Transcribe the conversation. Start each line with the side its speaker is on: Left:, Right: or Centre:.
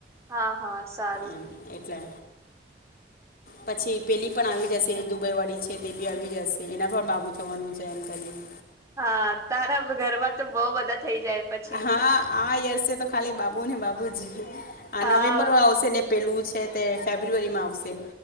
Right: હા હા સારું
Left: એમ એટલે પછી પેલી પણ આવી જશે દુબઈ વાળી છે તે બી આવી જશે એના પણ બાબુ થવાનું છે એમ કરીને
Right: હા તારા ઘરમાં તો બહુ બધા થઈ જાય પછી
Left: હા આ યર્સે તો ખાલી બાબુ ને બાબુજી આ
Right: હા
Left: નવેમ્બરમાં આવશે ને પેલું છે તે ફેબ્રુઆરીમાં આવશે